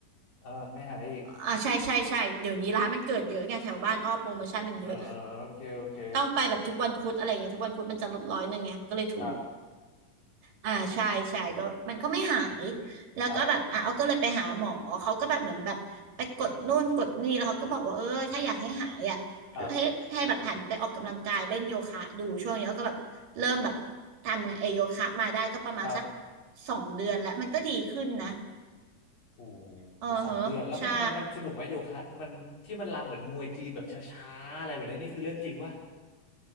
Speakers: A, on the left; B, on the right.
A: อ่าไม่หายอีก
B: อ่าใช่ใช่ใช่เดี๋ยวนี้ร้านมันเกิดเยอะไงแถวบ้านอ้อโปรโมชั่นมันเยอะ
A: เออโอเคโอเค
B: ต้องไปแบบทุกวันพุธอะไรอย่างเงี้ยทุกวันพุธมันจะลดร้อยหนึ่งไงมันก็เลยถูก
A: ครับ
B: อ่าใช่ใช่ก็มันก็ไม่หายแล้วก็แบบอ่ะเอาก็เลยไปหาหมอเขาก็แบบเหมือนแบบไปกดนู่นกดนี่แล้วเขาก็บอกว่าเออถ้าอยากให้หายอ่ะ
A: ครับครับ
B: ให้ให้แบบหันไปออกกำลังกายเล่นโยคะดูช่วงนี้ก็แบบเริ่มแบบทำไอโยคะมาได้ก็ประมาณสัก
A: ครับ
B: สองเดือนแล้วมันก็ดีขึ้นนะ
A: โอ้โหสองเดือนแล้วมันมันมันสนุกไหมโยคะมันที่มันรำเหมือนมวยจีนแบบช้าๆอะไรแบบนั้นนี่คือเรื่องจริงปะ
B: เออเหอะใช่